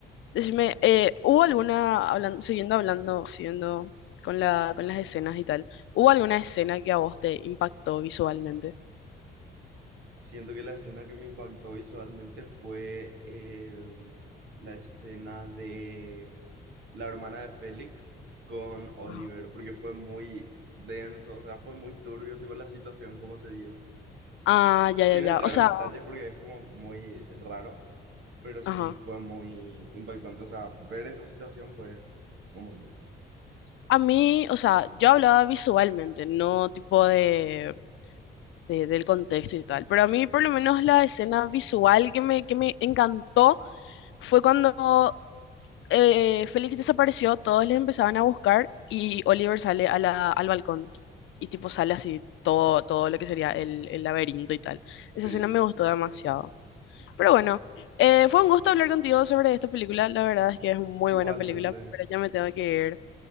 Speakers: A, on the left; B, on the right.
A: Decime, eh, ¿hubo alguna, hablando, siguiendo hablando, siguiendo con la, con las escenas y tal, ¿hubo alguna escena que a vos te impactó visualmente?
B: Siento que la escena que me impactó visualmente fue eh, la escena de la hermana de Félix con Oliver,
A: Ajá.
B: porque fue muy denso, o sea, fue muy turbio, tipo, la situación, cómo se dio.
A: Ah, ya,
B: Sin
A: ya, ya.
B: entrar
A: O sea,
B: en detalles porque es como muy raro, pero sí
A: ajá.
B: fue muy impactante, o sea, ver esa situación fue un montón.
A: A mí, o sea, yo hablaba visualmente, no tipo de... de- del contexto y tal. Pero a mí por lo menos la escena visual que me, que me encantó fue cuando eh, Félix desapareció, todos le empezaban a buscar y Oliver sale a la- al balcón y tipo sale así todo, todo lo que sería el, el laberinto y tal.
B: Sí,
A: Esa escena me gustó demasiado. Pero bueno, eh, fue un gusto hablar contigo sobre esta película. La verdad es que es una muy
B: igualmente.
A: buena película, pero ya me tengo que ir.